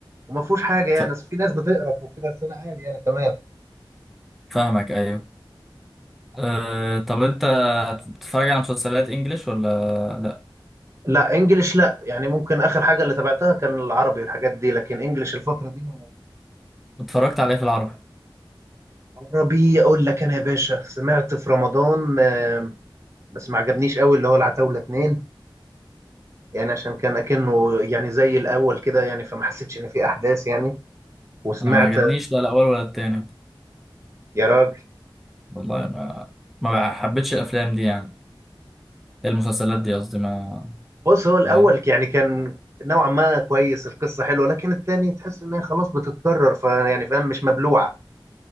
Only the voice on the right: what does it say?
وما فيهوش حاجه يعني
أصل في ناس بتقرف وكده بس انا عادي يعني تمام
لا انجلش لا يعني ممكن اخر حاجه اللي تابعتها كان العربي والحاجات دي لكن انجلش الفتره دي ما-
عربي اقول لك انا يا باشا سمعت في رمضان آم، بس ما عجبنيش قوي اللي هو العتاوله اتنين يعني عشان كان اكنه يعني زي الاول كده يعني فما حسيتش ان في احداث يعني وسمعت
يا راجل
بص هو الاول
يعني كان نوعا ما كويس القصه حلوه لكن التاني تحس انها خلاص بتتكرر فيعني فاهم مش مبلوعه